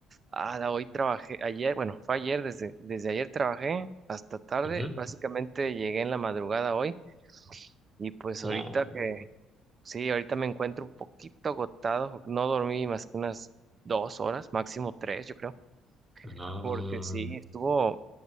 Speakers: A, on the right; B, on the right.
A: ah, la- hoy trabajé, ayer, bueno, fue ayer, desde, desde ayer trabajé hasta tarde,
B: Ujú.
A: básicamente llegué en la madrugada hoy y pues
B: No,
A: ahorita que, sí, ahorita me encuentro un poquito agotado, no dormí más que unas dos horas, máximo tres, yo creo,
B: no.
A: porque sí, estuvo...